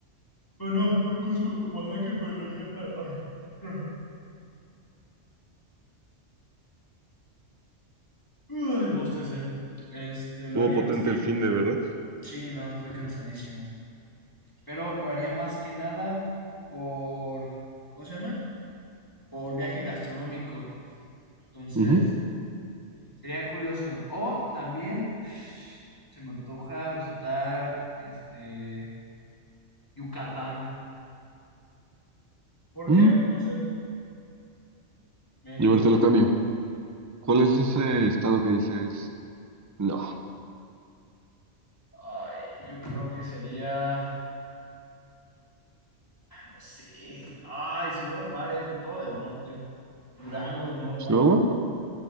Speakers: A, on the left; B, on the right.
A: Bueno, yo conozco Oaxaca, pero lo haría para... Ay, ay. Uy, bostecé. Este, lo
B: Estuvo
A: haría
B: potente
A: más que...
B: el fin de, ¿verdad?
A: Sí, no, estoy cansadísimo. Pero lo haría más que nada por... ¿Cómo se llama? Por viaje gastronómico. Entonces,
B: Ujú.
A: sería curioso. O también <sniffs> se me antoja visitar, este, Yucatán. ¿Por
B: Mm,
A: qué? No sé. Mérida.
B: yo ahorita lo cambio. ¿Cuál es ese estado que dices? No.
A: Ay, yo creo que sería... No sé. Ay, Ciudad Juárez, todo del norte. Durango, no, Huaca.
B: ¿Chihuahua?